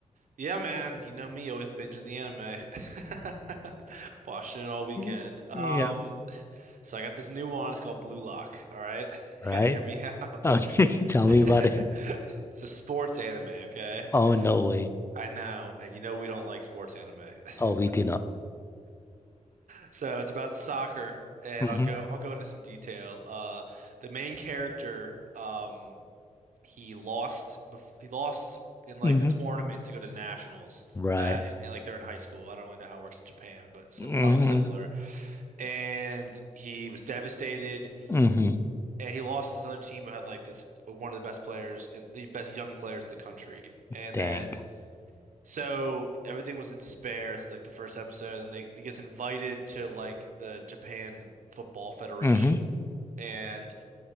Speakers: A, on the right; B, on the left.
A: Yeah, man, you know me, always binging the anime. <laughs> Watching it all weekend.
B: Mm,
A: Um,
B: Yeah.
A: so I got this new one, it's called Blue Lock, all right? <laughs>
B: Right?
A: You gotta hear me out.
B: Okay, <laughs> tell
A: <laughs>
B: me about it.
A: It's a sports anime, okay?
B: Oh no way.
A: I know, and you know we don't like sports anime.
B: Oh, we
A: <laughs>
B: do not.
A: So it's about soccer, and
B: hmm
A: I'll go I'll go into some detail. Uh, the main character, um he lost bef- he lost in like
B: hmm
A: the tournament to go to the nationals
B: Right.
A: uh and, and like they're in high school I don't really know how it works in Japan but sim
B: hmm
A: probably similar and he was devastated
B: hmm
A: and he lost this other team who had like this one of the best players and the best young players in the country and
B: Dang.
A: then so everything was in despair this is like the first episode and they he gets invited to like the Japan Football Federation
B: hmm
A: and